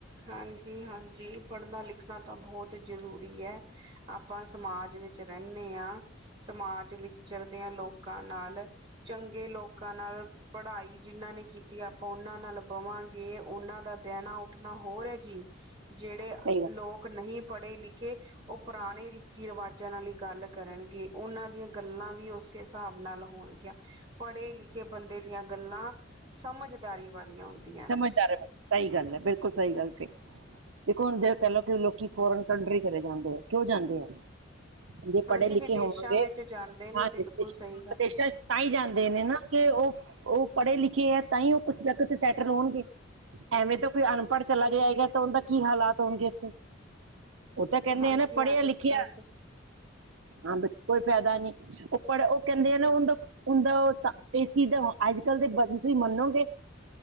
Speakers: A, on the right; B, on the right.
A: ਹਾਂਜੀ ਹਾਂਜੀ ਪੜਨਾ ਲਿਖਣਾ ਤਾਂ ਬਹੁਤ ਜ਼ਰੂਰੀ ਹੈ। ਆਪਾਂ ਸਮਾਜ ਵਿੱਚ ਰਹਿੰਦੇ ਹਾਂ ਸਮਾਜ ਵਿਚਰਦਿਆਂ ਲੋਕਾਂ ਨਾਲ ਚੰਗੇ ਲੋਕਾਂ ਨਾਲ ਪੜ੍ਹਾਈ ਜਿਨਾਂ ਨੇ ਕੀਤੀ ਆਪਾਂ ਉਹਨਾਂ ਨਾਲ ਬਵਾਂਗੇ ਉਹਨਾਂ ਦਾ ਬਹਿਣਾ ਉੱਠਣਾ ਹੋਰ ਹੈ। ਜੀ ਜਿਹੜੇ
B: ਸਹੀ ਗੱਲ
A: ਲੋਕ ਨਹੀਂ ਪੜ੍ਹੇ ਲਿਖੇ ਉਹ ਪੁਰਾਣੇ ਰੀਤੀ ਰਿਵਾਜਾਂ ਨਾਲ ਇੱਕ ਗੱਲ ਕਰਨਗੇ ਉਹਨਾਂ ਦੀਆਂ ਗੱਲਾਂ ਵੀ ਉਸੇ ਹਿਸਾਬ ਨਾਲ ਹੋਣਗੀਆਂ ਪੜ੍ਹੇ ਲਿਖੇ ਬੰਦੇ ਦੀਆਂ ਗੱਲਾਂ ਸਮਝਦਾਰੀ ਵਾਲੀਆਂ ਹੁੰਦੀਆਂ ਨੇ
B: ਸਮਝਦਾਰ ਹੈ ਸਹੀ ਗੱਲ ਹੈ ਬਿਲਕੁਲ ਸਹੀ ਗੱਲ ਕਈ ਦੇਖੋ ਹੁਣ ਕਲਕ ਕੇ ਲੋਕੀ ਫੋਰਨ ਕੰਟਰੀ ਚਲੇ ਜਾਂਦੇ ਹੈ ਕਿਉਂ ਜਾਂਦੇ ਆ। ਜੇ ਪੜ੍ਹੇ
A: ਹਾਂਜੀ
B: ਲਿਖੇ
A: ਵਿਦੇਸ਼ਾਂ
B: ਹੋਵਾਂਗੇ
A: ਵਿੱਚ ਜਾਂਦੇ ਨੇ
B: ਹਾਂਜੀ
A: ਬਿਲਕੁਲ
B: ਵਿਦੇਸ਼ਾਂ
A: ਸਹੀ ਗੱਲ
B: ਤਾਂਹੀ ਜਾਂਦੇ ਨੇ ਨਾ ਕਿ ਉਹ ਉਹ ਪੜ੍ਹੇ ਲਿਖੇ ਹੈ ਤਾਂ ਹੀ ਉਹ ਕੁਛ ਤੱਕ ਕੁੱਛ ਸੈਟਲ ਹੋਣਗੇ ਐਵੇਂ ਤਾਂ ਕੋਈ ਅਨਪੜ ਲੱਗ ਜਾਏਗਾ ਉਹਦਾ ਕੀ ਹਾਲਾਤ ਹੋਣਗੇ ਉੱਥੇ ਉਹ ਤਾਂ ਕਹਿੰਦੇ
A: ਹਾਂਜੀ
B: ਆ ਨਾ ਪੜਿਆ
A: ਅੱਜ
B: ਲਿਖਿਆ
A: ਕੱਲ
B: ਹਾਂ, ਬ ਕੋਈ ਫਾਇਦਾ ਨੀ, ਉਪੜ ਉ ਕਹਿੰਦੇ ਏ ਨਾ ਓਨਦਾ, ਉਹਦਾ ਓਦਾ ਇਸ ਚੀਜ਼ ਦਾ ਅੱਜ ਕੱਲ ਦੇ ਬੱਚੇ ਮੰਨ ਦੋਗੇ,